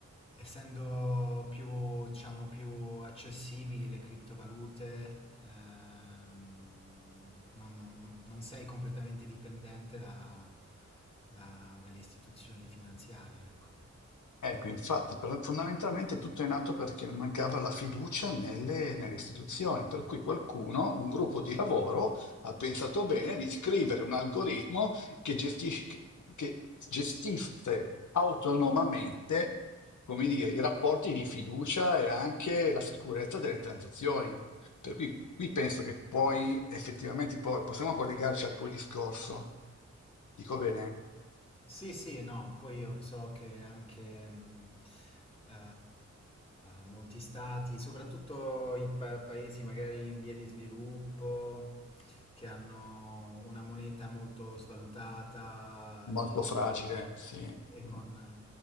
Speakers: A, on the left; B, on the left.
A: essendo più, diciamo, più accessibili le criptovalute, ehm, non, non- non sei completamente dipendente da- da- dalle istituzioni finanziarie, ecco.
B: Ecco, infatti, pro fondamentalmente tutto è nato perché mancava la fiducia nelle nelle istituzioni, per cui qualcuno, un gruppo di lavoro, ha pensato bene di scrivere un algoritmo che gestisce che che gestisse autonomamente, come dire, i rapporti di fiducia e anche la sicurezza delle transazioni. Per cui qui penso che poi effettivamente poi possiamo collegarci al tuo discorso, dico bene?
A: Sì, sì, no, poi io so che anche mh, eh, molti stati, soprattutto i pa- paesi magari in via di sviluppo, che hanno una moneta molto svalutata
B: Molto
A: e,
B: fragile, sì.
A: e
B: Mh.
A: con